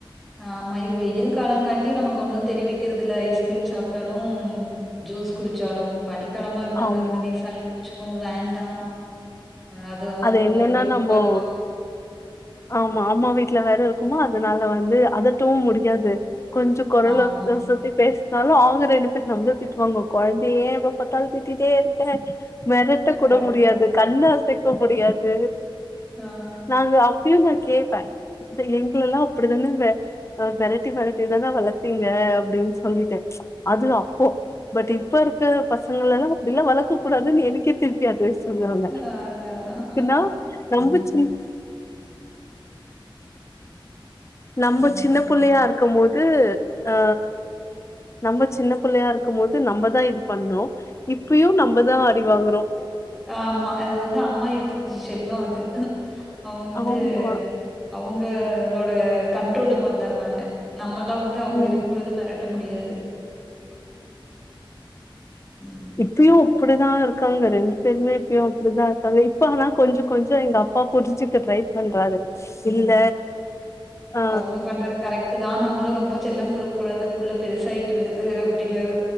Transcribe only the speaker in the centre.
ஆ ஆமா இது வெயில் காலங்காட்டியு நமக்கு ஒண்ணு தெரிவிக்கிறது இல்ல ஐஸ்கிரீம் சாப்ட்டாலு ஜூஸ் குடிச்சாலு பனிக்காலமா இருந்தாதா
உடனே சளி புடிச்சுக்கு வேண்டா அ தோ அவுங்கள
மறுபடியு
ஒரு வாரோ பாத்துக்கணு
ஆமா.
கரெக்ட்டு
தான்.
ஆ
அதான்.
ஆமா அது வந்து அம்மா வீட்டுது செல்லோ அது அவுங்க வந்து
அவுங்களோட கண்ட்ரோலுக்கு வந்தர்றாங்க நம்மல்லா வந்து அவுங்க
இருக்கும் பொழுது மெரட்ட முடியாது ம்
அவுங்க பண்றது கரெக்ட் தா நம்மளு ரொம்ப செல்லம் குடுக் கூடாது புள்ள பெருசாயிட்டு வருது அப்டிங்கறது